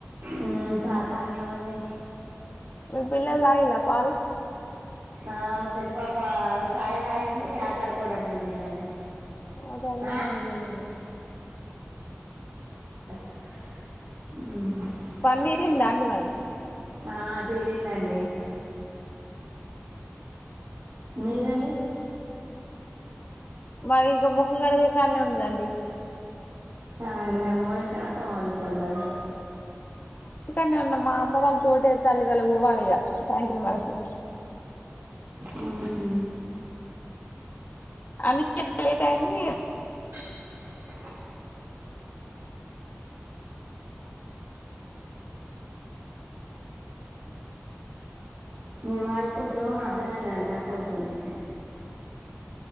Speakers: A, on the right; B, on the left.
A: మ్మ్ ఛాయ్ తాగమండి
B: మీ పిల్లలు తాగినా పాలు
A: ఆ మా పెద్ద పాప ఛాయ్ తాగింది ఆట ఆడుకోవడానికి వెళ్ళిందండి
B: ఆట ఆడుకోవడానికి
A: ఆ,
B: వెళ్ళింది ఏమో
A: మ్మ్
B: పని తీరిందా అండి మరి
A: ఆ తీరిందండి మీదండి <inaudible>
B: మాది ఇంకా ముఖం కడిగే కాన్నే ఉన్నదండి
A: అవునండి మీ అమ్మ వాళ్ల ఇంటి కాన్నా అత్తమ్మ వాళ్ల ఇంటి కాడున్నారా
B: ఇంట్లో నే ఉన్నాం మా అమ్మ వాళ్ళు తోటే వెళ్ళాలే ఇవాళ పోవాలా ఇగ సాయంత్రం <unintelligible>
A: హ్మ్ హు
B: అందుకే లేట్ అయింది
A: <inaudible> మీ వాయిస్ కొంచెం అర్ధం గాట్లేదండి కట్ అవుతుంది